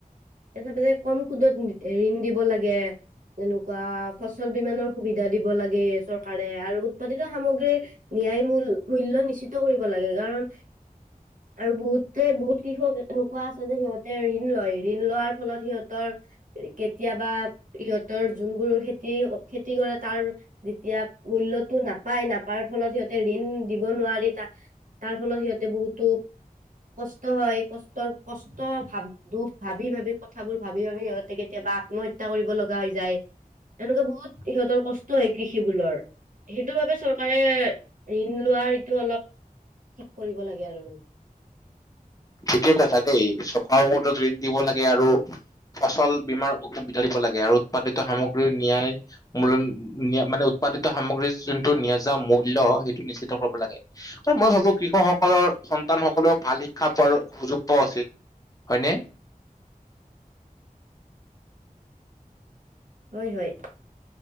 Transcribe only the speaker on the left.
ঠিকে কৈছা দেই <unintelligible> ঋণ দিব লাগে আৰু ফচল বীমাৰ অসুবিধা দিব লাগে আৰু উৎপাদিত সামগ্ৰীৰ ন্যায়, মূল মানে উৎপাদিত সামগ্ৰীৰ জোনটো ন্যায্য মূল্য, সেইটো নিশ্চিত কৰিব লাগে। আৰু মই ভাবো কৃষকসকলৰ সন্তানসকলেও ভাল শিক্ষা ক্ষাৰ সুযোগ পোৱা উচিত, হয়নে?